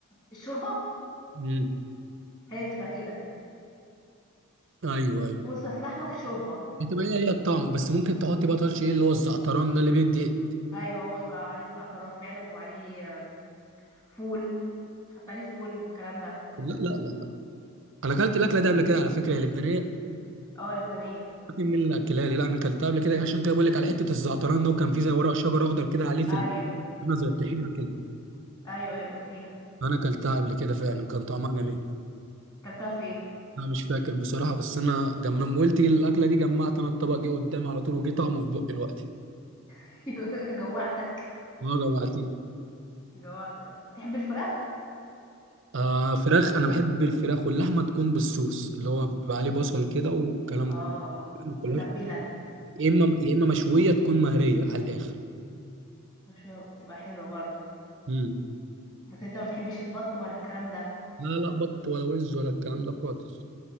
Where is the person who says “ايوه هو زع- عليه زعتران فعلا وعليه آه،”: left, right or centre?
Left